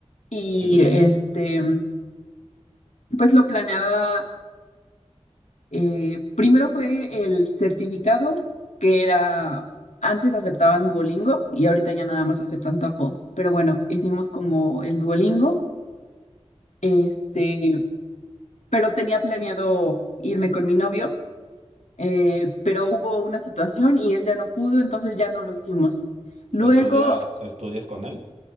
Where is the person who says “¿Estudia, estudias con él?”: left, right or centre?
Right